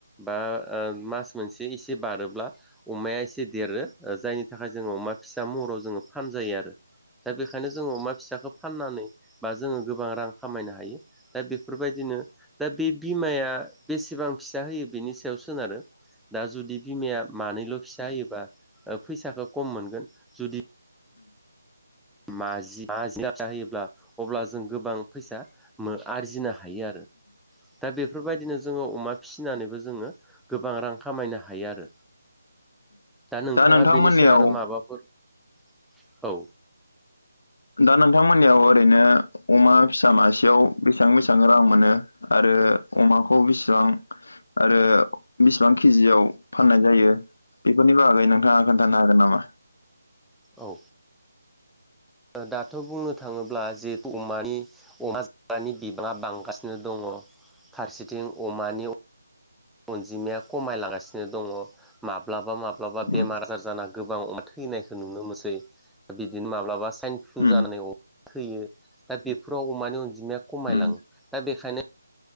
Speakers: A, in the centre; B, on the left (about 55°).
A: बा ओ मास मोनसे एसे बारोब्ला अमाया एसे देरो जायनि थाखाय जों अमा फिसा महराव जोङो फान जायो आरो दा बेखायनो जोंङो अमा फिसाखौ फाननानै बा जोङो गोबां रां खामायनो हायो दा बेफोरबायदिनो दा बे बिमाया बेसे सिबां फिसा होयो बिनि सायाव सोनारो दा जुदि बिमाया मानैल' फिसा होयोबा फैसाखौ खम मोनगोन जुदि माजि माजि जाहोयोब्ला अब्ला जों गोबां फै आरजिनो हायो आरो दा बेफोरबायदिनो जोङो अमा फिसिनानैबो जोङो गोबां रां खामायनो हायो आरो दा नोंथाङा
B: नोंथांमोननियाव
A: बेनि सायाव आरो माबाफोर औ
B: दा नोंथांमोननियाव ओरैनो अमा फिसा मासेयाव बेसेबां बेसेबां रां मोनो आरो ओ अमाखौ बेसेबां आरो बेसेबां केजियाव फाननाय जायो बेफोरनि बागै नोंथाङा खोन्थानो हागोन नामा
A: औ दाथ' बुंनो थाङोब्ला जिहेथु अमानि अमा जाग्रानि बिबाङा बांगासिनो दङ फारसेथिं अमानि अनजिमाया खमायलांगासिनो दङ माब्लाबा माब्लाबा
B: उम
A: बेमार आजार जाजाना गोबां अमा थैनायखौ नुनो मोनसै बिदिनो माब्लाबा साइन फ्लु
B: उम
A: जानानै अ थैयो दा बेफोराव अमानि अनजिमाया खमायलाङो
B: उम
A: दा बेखायनो